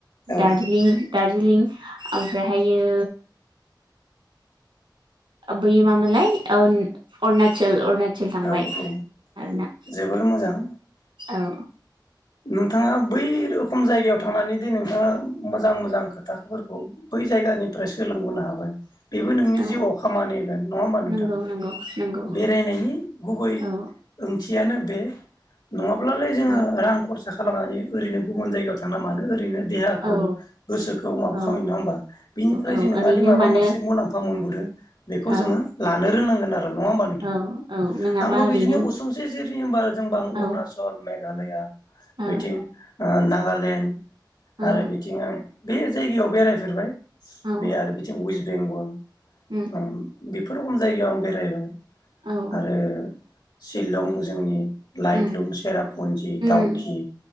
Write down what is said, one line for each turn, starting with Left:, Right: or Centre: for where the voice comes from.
Left: औ
Right: दार्जिलिं दार्जिलिं ओमफ्रायहायो बैयो मामोनलाय ओ अरुणचल अुरुना सोल थांबाय
Left: औ
Right: आरोना
Left: औ जोबोर मोजां
Right: औ।
Left: नोंथाङा बै रोखोम जायगायाव थांनानै दि नोंथाङा मोजां मोजां खोथाफोरखौ बै जायगानिफ्राय सोलोंबोनो हाबाय। बेबो नोंनि
Right: औ
Left: जिउआव खामानि होगोन नङा होमबा नोंथां।
Right: नंगौ नंगौ नंगौ
Left: बेरायनायनि गुबै
Right: औ
Left: ओ ओंथियानो बे नङाब्लालाय जोङो
Right: औ
Left: रां खरसा खालामनानै ओरैनो गुबुन जायगायाव थांना मानो ओरैनो देहाखौ
Right: औ
Left: गोसोखौ माबा
Right: औ
Left: खालाम नङा होमबा बिनिफ्राय
Right: औ
Left: जे नोङादे
Right: ओरैनो
Left: माबा
Right: मानो
Left: मोनसे मुलाम्फा मोन <unintelligible> बेखौ
Right: औ
Left: जोङो लानो रोंनांगोन। नङाहोनबा नोंथां
Right: औ औ नङाबा
Left: आंबो
Right: ओरैनो
Left: बिदिनो उसुंसे <unintelligible> होनबा अरुणाचल
Right: औ
Left: मेघालया
Right: औ
Left: बेथिं ओ ना नागालेण्ड
Right: औ
Left: आरो बिथिंहाय बे जायगायाव बेरायफेरबाय ।
Right: औ
Left: बे आरो बेथिं उयस बेंगल
Right: उम
Left: ओम बि फोर रख'म जायगायाव आं बेरायबाय ‌। आरो
Right: औ
Left: शिलं जोंनि लाइट
Right: उम
Left: लुम सेरापुन्जि
Right: उम
Left: दावखि